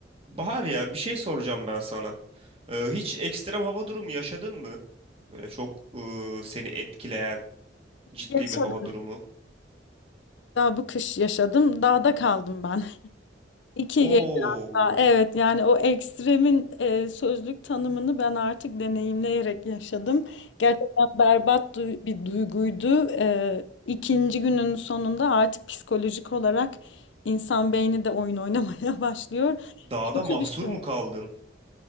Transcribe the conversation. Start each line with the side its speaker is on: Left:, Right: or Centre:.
Right: Bahar ya bir şey soracağım ben sana. Ee, hiç ekstrem hava durumu yaşadın mı? Böyle çok e, seni etkileyen ciddi
Left: Yaşadım.
Right: bir hava durumu.
Left: Daha bu kış yaşadım. Dağda kaldım ben. <laughs> İki
Right: Oo,
Left: gece daha. Evet yani o ekstremin e, sözlük tanımını ben artık deneyimleyerek yaşadım. Gerçekten berbat du- bir duyguydu. E, ikinci günün sonunda artık psikolojik olarak insan beyni de oyun oynamaya <laughs> başlıyor.
Right: dağda
Left: Kötü
Right: mahsur
Left: bir şey.
Right: mu kaldın?